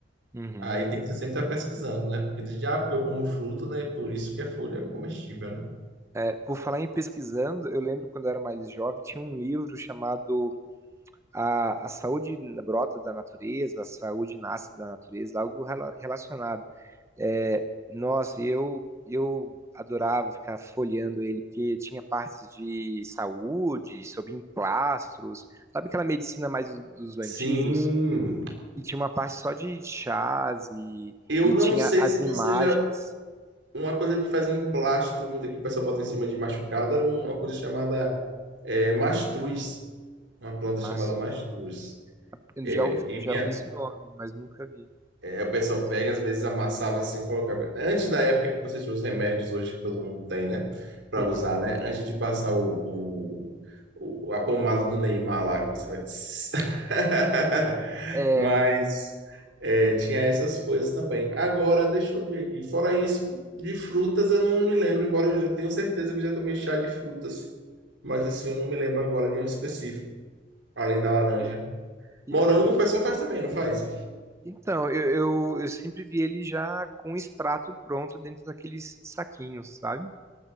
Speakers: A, on the right (about 15°); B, on the right (about 85°).
A: Uhum.
B: Aí tem que sempre estar pesquisando, né? Porque diz, ah, porque eu como fruto, né? Por isso que a folha é comestível, né?
A: É, por falar em pesquisando, eu lembro quando eu era mais jovem, tinha um livro chamado A, a Saúde Brota da Natureza, A Saúde Nasce da Natureza, algo rela- relacionado. É, nossa, eu, eu adorava ficar folheando ele, porque tinha partes de saúde, sobre emplastros, sabe aquela medicina mais do- dos antigos?
B: Sim.
A: E tinha uma parte só de chás e,
B: Eu
A: e
B: não
A: tinha
B: sei
A: as
B: se você
A: imagens.
B: já. Uma coisa que fazia em plastro, muito aqui que o pessoal bota em cima de machucado, era uma coisa chamada é, mastruz. Uma planta
A: Mastros.
B: chamada mastruz. É,
A: Já ouvi,
B: e
A: já
B: minha,
A: ouvi esse nome, mas nunca vi.
B: Aí o pessoal
A: Mastros.
B: pega, às vezes amassava assim, colocava. Antes da época que você tinha os remédios hoje que todo mundo tem, né? Pra
A: Uhum.
B: usar, né? Antes de passar o, o- o- a pomada do Neymar lá, que você vai. tss. <laughs>
A: É,
B: Mas é, tinha essas coisas também. Agora, deixa eu ver aqui. Fora isso, de frutas eu não me lembro, embora eu já tenha certeza que eu já tomei chá de frutas. Mas assim, eu não me lembro agora de um específico, além da laranja.
A: e- e-
B: Morango
A: eu- eu-
B: o pessoal faz também, não faz?
A: então, eu, eu, eu sempre vi ele já com o extrato pronto dentro daqueles saquinhos, sabe?